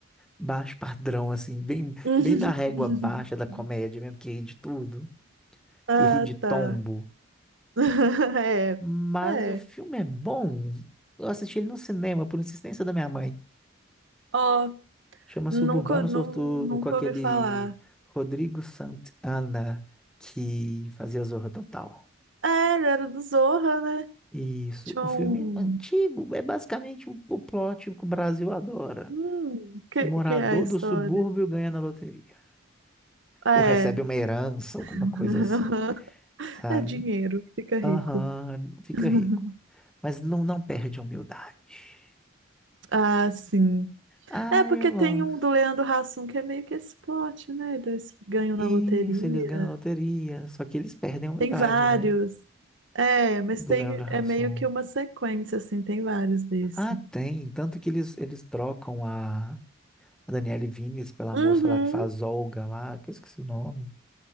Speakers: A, in the centre; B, on the right.
A: baixo padrão, assim, bem,
B: <laughs>
A: bem na régua baixa da comédia mesmo, que ri de tudo,
B: Ah,
A: que ri de tombo.
B: tá. <laughs> É,
A: Mas
B: é.
A: o filme é bom. Eu assisti ele no cinema por insistência da minha mãe.
B: Ó,
A: Chama
B: nunca,
A: Suburbano
B: nu-
A: Sortudo
B: nunca
A: com aquele
B: ouvi falar.
A: Rodrigo Santana que fazia Zorra Total.
B: É, ele era do Zorra, né?
A: Isso,
B: Tinha
A: um filme
B: um.
A: antigo, é basicamente o, o plot que o Brasil adora.
B: Hum, que,
A: O morador
B: que é a história?
A: do subúrbio ganha na loteria.
B: Ah,
A: Ou
B: É.
A: recebe uma herança, alguma
B: <laughs>
A: coisa assim, sabe?
B: É dinheiro, fica rico.
A: Aham, fica
B: <laughs>
A: rico. Mas não, não perde a humildade.
B: Ah, sim.
A: Ah,
B: É porque
A: eu
B: tem
A: gosto.
B: um do Leandro Hassum que é meio que esse plot, né? Eles ganham na
A: Isso,
B: loteria.
A: eles ganham na loteria. Só que eles perdem a humildade,
B: Tem vários.
A: né?
B: É, mas
A: O do
B: tem
A: Leandro Hassum.
B: é meio que uma sequência, assim, tem vários desse.
A: Ah, tem. Tanto que eles, eles trocam a, a Daniele Vines pela
B: Uhum.
A: moça lá que faz Olga lá, que eu esqueci o nome.